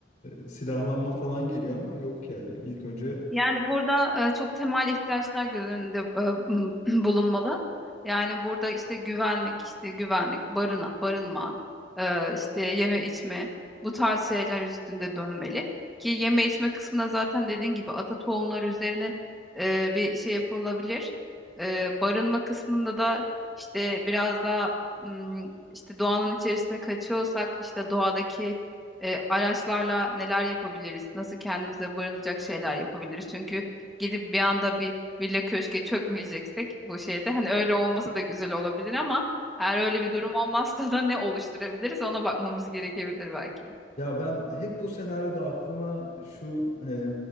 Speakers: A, on the left (about 45°); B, in the centre.
A: e, silahlanma falan geliyor ama yok yani. İlk önce
B: Yani burada e, çok temel ihtiyaçlar göz önünde e, <clears throat> bulunmalı. Yani burada işte güvenlik, işte güvenlik, barına, barınma, e, işte yeme içme bu tarz şeyler üstünde dönmeli. Ki yeme içme kısmında zaten dediğin gibi ata tohumları üzerine e, bir şey yapılabilir. E, barınma kısmında da işte biraz daha m, işte doğanın içerisine kaçıyorsak işte doğadaki e, araçlarla neler yapabiliriz, nasıl kendimize barınacak şeyler yapabiliriz. Çünkü gidip bir anda bir villa köşke çökmeyeceksek bu şeyde hani öyle olmasa da güzel olabilir ama eğer öyle bir durum olmazsa da ne oluşturabiliriz ona bakmamız gerekebilir belki.
A: Ya ben hep bu senaryoda aklıma şu e,